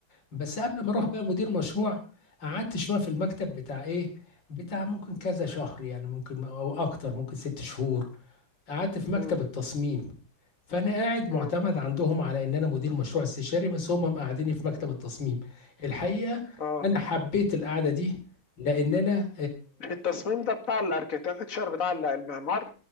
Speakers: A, on the left; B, on the left.
A: بس قبل ما أروح بقى مدير مشروع قعدت شوية في المكتب بتاع إيه بتاع ممكن كذا شهر يعني ممكن أو أكتر ممكن ست شهور قعدت في مكتب
B: امم
A: التصميم فأنا قاعد معتمد
B: امم
A: عندهم على إن أنا مدير مشروع استشاري بس هم مقعديني في مكتب التصميم الحقيقة
B: اه
A: أنا حبيت القعدة دي لأن أنا
B: التصميم ده بتاع الاركيتكتشر بتاع ال- المعمار